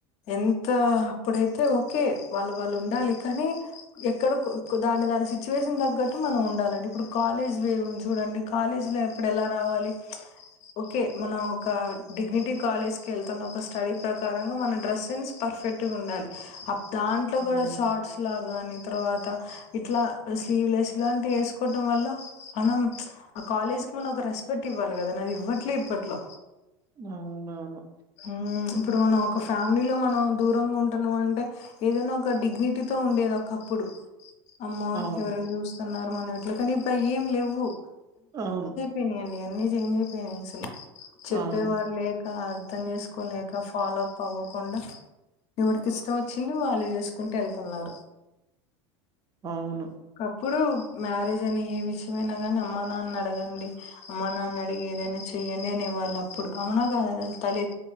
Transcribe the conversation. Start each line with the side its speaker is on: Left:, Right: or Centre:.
Left: ఎంత అప్పుడైతే ఓకే వాళ్ళు, వాళ్ళు ఉండాలి కానీ ఎక్కడో ఒకదాని దాని సిచ్యువేషన్ తగ్గట్టు మనం ఉండాలండి. ఇప్పుడు కాలేజ్ వే ఉంది చూడండి, కాలేజ్ లో ఎప్ ఎప్పుడు ఎలా రావాలి ఓకే మనం ఒక డిగ్నిటీ కాలేజ్ కి ఎళ్తున్న, ఒక స్టడీ ప్రకారంగా మన డ్రెస్ సెన్స్ ప పెర్ఫెక్ట్ గా ఉండాలి. అప్ దాంట్లో
Right: హ్మ్.
Left: కుడా షార్ట్స్, లాగ్ గాని తర్వతా, ఇట్లా స్లివ్ లెస్ లాంటి, ఎస్కోవాటమ్ వల్ల, మనం ఆ కాలేజ్ మనకు ఒక రెస్పెక్ట్ ఇవ్వాలి గదా, నాది ఇవ్వట్లే ఇప్పట్లో,
Right: అవునవును.
Left: ఉమ్మ్ ఇప్పుడు మనం ఒక ఫ్యామిలీలో మనం దూరంగా ఉంటున్నాం అంటే, ఏదైనా ఒక డిగ్నిటీతో ఉండేది ఒకప్పుడు. అమ్మో
Right: అవును.
Left: ఎవరైనా జుస్తున్నారు, మనం ఇట్ల కానీ ఇప్పుడయ్యి ఏం లేవ్వు.
Right: అవును.
Left: అయినాయండి, అన్ని చేంజ్ అయిపోయినాయి అసలు చెప్పేవాళ్ళు
Right: అవును.
Left: లేక. అర్థం చేసుకోలేక, ఫాలో అప్ అవ్వకుండా. ఎవడికి ఇష్టం వచ్చింది, వాళ్ళు చేసుకుంట ఎళ్తున్నారు.
Right: అవును.
Left: ఇప్పుడు మ్యారేజ్ అనే, ఏ విషయమైనా గానీ అమ్మ, నాన్నని అడిగా డి. అమ్మా, నాన్న అడిగి ఏదైనా చెయ్యండి అనేవాళ్ళు అప్పుడు. అవునా, కాదా అసలు తలెత్